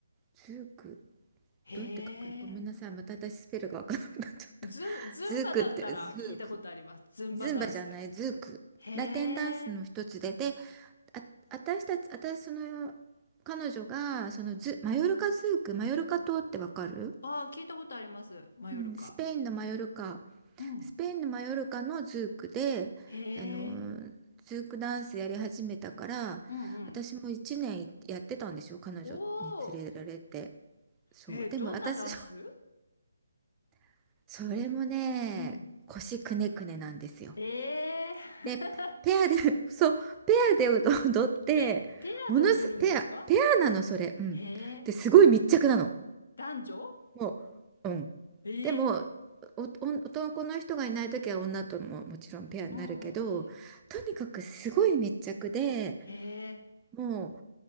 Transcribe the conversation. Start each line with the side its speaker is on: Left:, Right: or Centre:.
Right: ズーク、
Left: へえ
Right: どうやって書くのごめんなさい。また私スペルがわからなくなっちゃった。
Left: ズン、
Right: <laughs>
Left: ズンバだったら聞いたことあります。
Right: ズークって、ズーク。
Left: ズンバダンス。
Right: ズンバじゃない、ズーク。
Left: へ
Right: ラテンダンスの一つで、
Left: え。
Right: で、あ、私たち、私、その、彼女が、そのズ、マヨルカズーク、マヨルカ島ってわかる
Left: ああ、聞いたことあります。マヨルカ。
Right: うん、スペインのマヨルカ
Left: うん。
Right: スペインのマヨルカのズークで、
Left: へ
Right: あのズークダンスやり始めたから私も1年やってたんですよ彼女に連れられて
Left: え。うんうん。おお。
Right: そうでも私そ
Left: えー、どんなダンス
Right: <laughs> それもね腰くねくねなんですよ
Left: うん。ええ。
Right: でペアで
Left: <laughs>
Right: <laughs> そうペアで踊ってものすペアペアなのそれうんですごい密着なの
Left: え、ペアで踊るんですかへえ。男女
Right: もう、うん。
Left: ええ。
Right: でも、お、お男の人がいない時は女とももちろんペアになるけど、
Left: うんうんうん。
Right: とにかくすごい密着で、
Left: へえ。
Right: もう